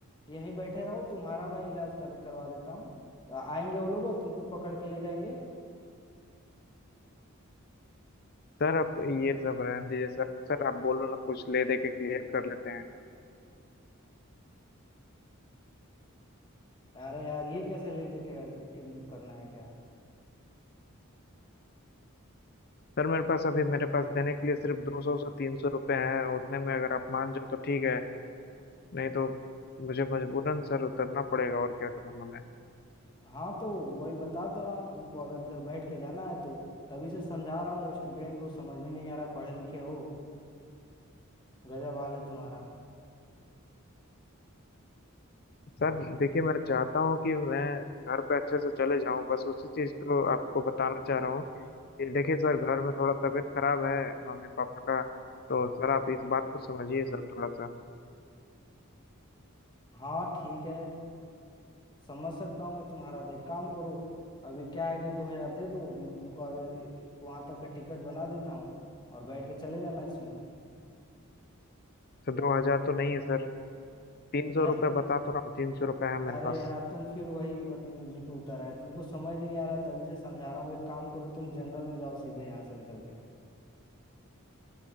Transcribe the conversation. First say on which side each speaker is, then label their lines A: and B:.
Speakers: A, on the left; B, on the left.
A: यहीं बैठे रहो तुम्हारा मैं इलाज कर करवा देता हूँ तो आएंगे वो लोग और तुमको पकड़ के ले जाएंगे
B: सर आप ये सब रहने दीजिए सर सर आप बोलो ना कुछ ले दे के क्लियर कर लेते हैं
A: अरे यार ये कैसे ले दे के, के करना है क्या
B: सर मेरे पास अभी मेरे पास देने के लिए सिर्फ दो सौ से तीन सौ रुपये हैं उतने में अगर आप मान जाओ तो ठीक है नहीं तो मुझे मजबूरन सर उतरना पड़ेगा और क्या करूँगा मैं
A: हाँ तो वही बता तो रहा हूँ तुमको अगर इधर बैठ के जाना है तो तभी से समझा रहा हूँ स्टूडेंट हो समझ में नहीं आ रहा पढ़े लिखे हो गजब हाल है तुम्हारा
B: सर देखिए मैं चाहता हूँ कि मैं घर पे अच्छे से चले जाऊँ बस उसी चीज़ को आपको बताना चाह रहा हूँ ये देखिए सर घर में थोड़ा तबीयत खराब है मम्मी पापा का तो सर आप इस बात को समझिए सर थोड़ा सा
A: हाँ ठीक है समझ सकता हूँ मैं तुम्हारा देख काम करो अभी क्या है कि दो हजार दे दो मैं तुमको आगे वहां तक का टिकट बना देता हूँ और बैठ के चले जाना इसमें
B: सर दो हजार तो नहीं है सर तीन सौ
A: नहीं
B: रुपये बता तो रहा हूँ तीन सौ रुपये है मेरे
A: अरे
B: पास
A: यार तुम फिर वही बदतमीजी पे उतर आए तुमको समझ नहीं आ रहा है, तभी से समझा रहा हूँ एक काम करो तुम जनरल में जाओ सीधे यहाँ से निकल के